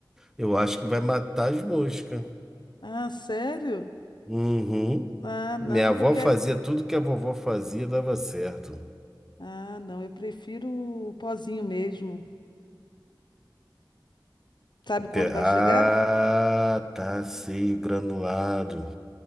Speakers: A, in the centre; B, on the left.
A: Eu acho que vai matar as moscas.
B: Ah, sério?
A: Uhum.
B: Ah, não,
A: Minha
B: mas
A: avó
B: eu quero.
A: fazia tudo que a vovó fazia, dava certo.
B: Ah, não, eu prefiro o pozinho mesmo. Sabe quando
A: Pe-
B: vai
A: Ah,
B: chegar?
A: tá, sei, granulado.